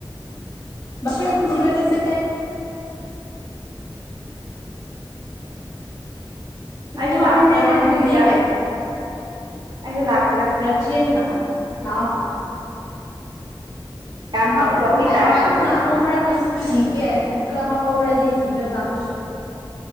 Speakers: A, on the left; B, on the right.
A: ꯃꯁꯔꯨꯝꯊꯤꯕ ꯆꯠꯁꯦ
B: ꯑꯩꯁꯨ
A: <unintelligible>
B: ꯂꯥꯛꯁꯤꯔꯥ
A: ꯆꯠꯁꯦ <unintelligible> ꯍꯥꯢꯗꯨꯗꯤ
B: ꯈꯪꯗꯦꯗ ꯑꯩꯁꯨ ꯂꯥꯛ
A: ꯔꯆꯤꯟꯅ ꯍꯥꯎ
B: ꯌꯥꯝ ꯐꯪꯗꯧꯒꯤ
A: ꯑꯩ
B: ꯇꯥꯏꯞꯇꯀꯣ
A: ꯍꯥꯟꯅ ꯍꯧꯕ꯭ꯔꯥ ꯉꯁꯤ ꯊꯤꯒꯦ ꯑꯗꯨꯒ ꯍꯧꯔꯗꯤ ꯊꯤꯕ ꯂꯥꯛꯑꯣ ꯅꯣꯢꯁꯨ